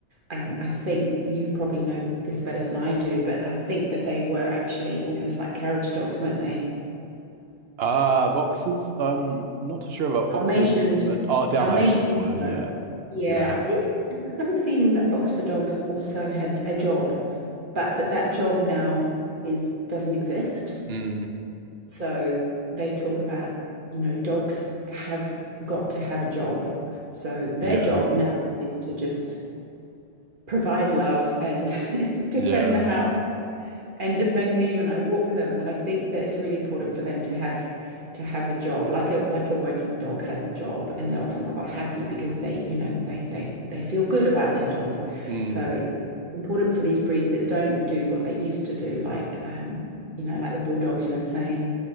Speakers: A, on the right; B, on the right.
A: um, I think you probably know this better than I do, but I think that they were actually almost like carriage dogs, weren't they?
B: Ah, boxes. I'm not too sure about
A: Dalmatians,
B: boxes. Uh, oh, Dalmatians
A: Dalmatians
B: were,
A: were.
B: yeah,
A: Yeah,
B: yeah,
A: I think I have a feeling that boxer dogs also had a job, but that that job now is doesn't exist.
B: mm,
A: So they talk about, you know, dogs have got to have a job. So their
B: yeah,
A: job now is to just provide love and <laughs> defend
B: yeah,
A: the house and defend me when I walk them. But I think that it's really important for them to have to have a job, like a like a working dog has a job, and they're often quite happy because they, you know, they they they feel good about their job.
B: mm,
A: So it's important for these breeds that don't do what they used to do, like um, you know, like the bulldogs you were saying,